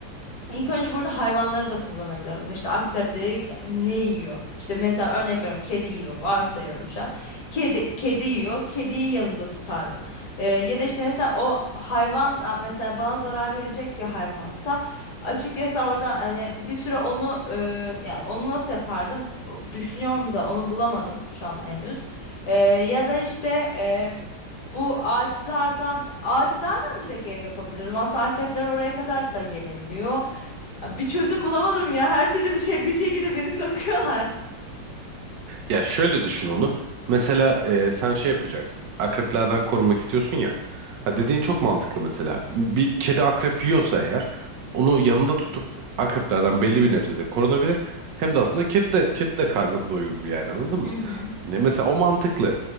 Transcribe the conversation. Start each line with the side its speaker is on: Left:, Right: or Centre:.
Left: İlk önce burada hayvanları da kullanabilirdim. İşte akrepleri ne yiyor? İşte mesela örnek veriyorum kedi yiyor. Varsayıyorum şu an. Kedi, kedi yiyor. Kediyi yanında tutardım. Ee, ya da işte mesela o hayvan mesela bana zarar verecek bir hayvansa açıkçası orada hani bir süre onu e, yani onu nasıl yapardım? O- Düşünüyorum da onu bulamadım şu an henüz. Ee, ya da işte e, bu ağaçlardan ağaçlardan direkt ev yapabilirdim. Aslında akrepler oraya kadar da gelebiliyor. Ya Bir çözüm bulamadım ya. Her türlü bir şey bir şekilde beni sokuyorlar.
Right: Ya şöyle düşün onu. Mesela e, sen şey yapacaksın. Akreplerden korunmak istiyorsun ya. Ha, dediğin çok mantıklı mesela. Bir kedi akrep yiyorsa eğer onu yanında tutup akreplerden belli bir nebzede korunabilir. Hem de aslında kedi de, kedi de karnını doyurur yani anladın mı?
Left: Hı hı.
Right: Ne, mesela o mantıklı.